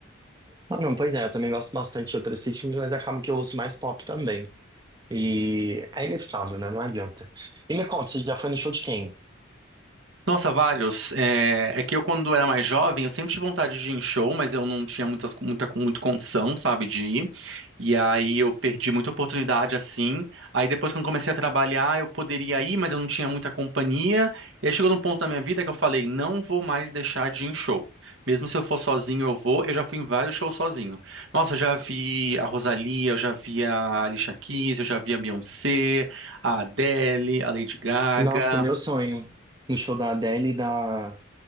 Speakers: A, on the right; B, on the right.
A: Ah, não, pois é, eu também gosto bastante de outros ritmos, mas acaba que eu ouço mais pop também. E é inevitável, né? Não adianta. E me conta, você já foi no show de quem?
B: Nossa, vários. É, é que eu, quando era mais jovem, eu sempre tive vontade de ir em show, mas eu não tinha muitas, muita, muito condição, sabe, de ir. E aí eu perdi muita oportunidade assim. Aí depois, quando comecei a trabalhar, eu poderia ir, mas eu não tinha muita companhia. E aí chegou num ponto da minha vida que eu falei: não vou mais deixar de ir em show. Mesmo se eu for sozinho, eu vou. Eu já fui em vários shows sozinho. Nossa, eu já vi a Rosalía, eu já vi a Alicia Keys, eu já vi a Beyoncé, a Adele, a Lady Gaga.
A: Nossa, meu sonho. No show da Adele e da